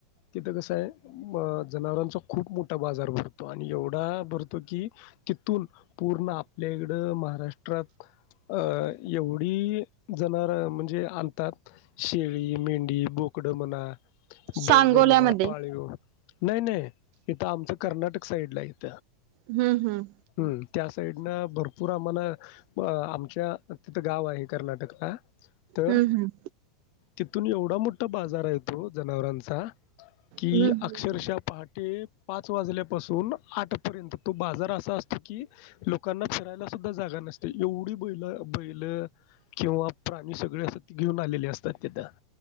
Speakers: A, on the left; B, on the right.
A: तिथं कसं आहे अ जनावरांचा खूप मोठा बाजार भरतो आणि एवढा भरतो की तिथून पूर्ण आपल्या इकडं महाराष्ट्रात अ एवढ जनावर आणतात शेळी मेंढ बोकडं म्हणा. बैलं
B: सांगोल्यामध्ये
A: म्हणा पाळीग नाही नाही इथं आमचं कर्नाटक साईड ला आहे <unintelligible>
B: हम्म हम्म.
A: हं. त्या साईडनं भरपूर आम्हाला आमच्या तिथं गाव आहे कर्नाटकला तर
B: हम्म हम्म.
A: तिथून एवढा मोठा बाजार आहे तो जनावरांचा कि
B: हम्म
A: अक्षरशः
B: हम्म
A: पहाटे पाच वाजल्या पासून आठपर्यंत तो बाजार असा असतो की लोकांना फिरायला सुद्धा जागा नसते एवढी बैल बैल किंवा प्राणी सगळे असत ते घेऊन आलेले असतात त्याथ